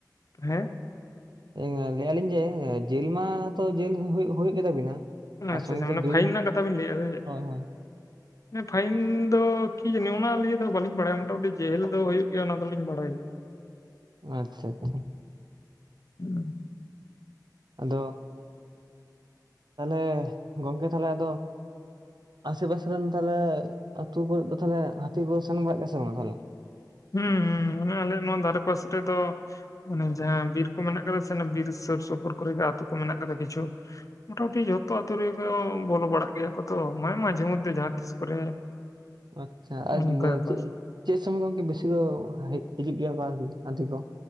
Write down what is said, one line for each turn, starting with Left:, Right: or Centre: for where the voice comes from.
Left: ᱦᱮᱸ
Right: ᱞᱟᱹᱭᱟ ᱜᱤᱧ ᱡᱮ ᱡᱮᱞ ᱢᱟ ᱛᱚ ᱡᱮᱞ ᱦᱩᱭ-ᱦᱩᱭ-ᱦᱩᱭ ᱞᱮᱫᱟᱵᱤᱱᱟ ᱟᱨ
Left: ᱟᱪᱪᱷᱟ
Right: ᱥᱜᱮ
Left: ᱟᱪᱪᱷᱟ
Right: ᱜᱮ
Left: ᱢᱟᱱᱮ
Right: ᱡᱩᱨᱤ
Left: ᱯᱷᱟᱭᱤᱱ ᱨᱮᱱᱟᱜ ᱠᱟᱛᱷᱟ ᱵᱤᱱ ᱞᱟᱹᱭᱮᱫᱼᱟ ᱥᱮ ᱪᱮᱫ?
Right: ᱦᱳᱭ ᱦᱳᱭ
Left: ᱦᱮᱸ ᱯᱷᱟᱭᱤᱱ ᱫᱚ ᱠᱤ ᱡᱟᱹᱱᱤᱡ ᱚᱱᱟ ᱞᱤᱭᱮ ᱫᱚ ᱵᱟᱹᱞᱤᱧ ᱵᱟᱲᱟᱭᱟ ᱢᱚᱴᱟᱢᱩᱴᱤ ᱡᱮᱞ ᱫᱚ ᱦᱩᱭᱩᱜ ᱜᱮᱭᱟ ᱚᱱᱟ ᱫᱚᱞᱤᱧ ᱵᱟᱲᱟᱭ ᱜᱮᱭᱟ
Right: ᱟᱪᱪᱷᱟ ᱟᱪᱪᱷᱟ
Left: ᱦᱩᱸ
Right: ᱟᱫᱚ ᱛᱟᱦᱞᱮ ᱜᱚᱝᱠᱮ ᱛᱟᱦᱞᱮ ᱟᱫᱚ ᱟᱥᱮ ᱯᱟᱥᱮᱱ ᱛᱟᱦᱞᱮ ᱟᱹᱛᱩ ᱠᱚᱨᱮ ᱫᱚ ᱛᱟᱦᱞᱮ ᱦᱟᱹᱛᱤ ᱠᱚ ᱥᱮᱱ ᱵᱟᱲᱟᱜ ᱜᱮᱭᱟ ᱥᱮ ᱵᱟᱝ ᱛᱟᱦᱞᱮ
Left: ᱦᱩᱸ ᱦᱩᱸ ᱢᱟᱱᱮ ᱟᱞᱮ ᱱᱚᱣᱟ ᱫᱷᱟᱨᱮ ᱯᱟᱥᱮ ᱨᱮᱫᱚ ᱢᱟᱱᱮ ᱡᱟᱦᱟᱸ ᱵᱤᱨ ᱠᱚ ᱢᱮᱱᱟᱜ ᱟᱠᱟᱫᱟ ᱥᱮ ᱵᱤᱨ ᱥᱩᱨ ᱥᱩᱯᱩᱨ ᱠᱚᱨᱮᱜ ᱟᱹᱛᱩ‌ ᱠᱚ ᱢᱮᱱᱟᱜ ᱠᱟᱫᱟ ᱠᱤᱪᱷᱩ ᱢᱚᱴᱟᱢᱩᱴᱤ ᱡᱷᱚᱛᱚ ᱟᱛᱳ ᱨᱮᱠᱚ ᱵᱚᱞᱚ ᱵᱟᱲᱟᱜ ᱜᱮᱭᱟ ᱠᱚ ᱛᱚᱮ ᱢᱟᱡᱷᱮ ᱢᱚᱫᱽᱫᱷᱮ ᱡᱟᱦᱟᱸ ᱛᱤᱥ ᱠᱚᱨᱮ
Right: ᱟᱪᱪᱷᱟ
Left: ᱱᱚᱜᱼᱚ
Right: ᱟᱨ
Left: ᱱᱚᱝᱠᱟ ᱵᱮᱯᱟᱨ
Right: ᱪᱮᱜ ᱪᱮᱜ ᱥᱚᱢᱚᱭ ᱜᱚᱝᱠᱮ ᱵᱮᱥᱤ ᱠᱚ ᱦᱤᱡᱩᱜ ᱜᱮᱭᱟ ᱠᱚ ᱦᱟ-ᱦᱟᱛᱤ ᱠᱚ